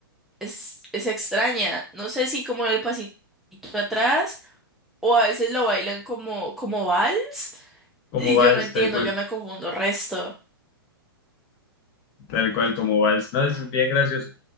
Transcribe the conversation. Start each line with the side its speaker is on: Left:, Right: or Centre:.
Centre: es, es extraña. No sé si como el pasito atrás o a veces lo bailan como, como vals
Left: como
Centre: y
Left: vals,
Centre: yo no entiendo,
Left: tal cual.
Centre: yo me confundo resto.
Left: Tal cual como Vals. No, es bien gracioso.